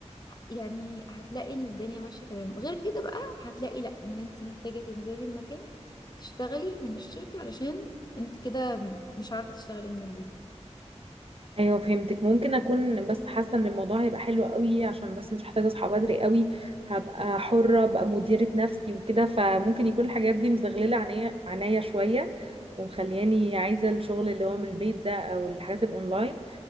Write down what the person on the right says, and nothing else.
ايوه فهمتك ممكن اكون بس حاسه ان الموضوع هيبقى حلو قوي عشان بس مش محتاجه اصحى بدري قوي هبقى حره ابقى مديره نفسي وكده فممكن يكون الحاجات دي مزغلله عينيا عينيا شويه ومخلياني عايزه الشغل اللي هو من البيت ده او الحاجات الاونلاين